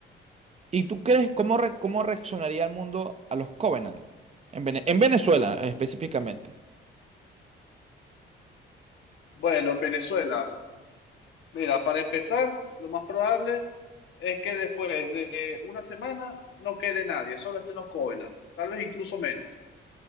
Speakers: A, on the right; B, on the left.
A: ¿Y tú crees cómo, re- cómo reaccionaría el mundo a los Covenant? En, Vene- en Venezuela, eh, específicamente.
B: Bueno, en Venezuela, Mira, para empezar, lo más probable es que después de una semana no quede nadie, solo estén los Covenant, tal vez incluso menos.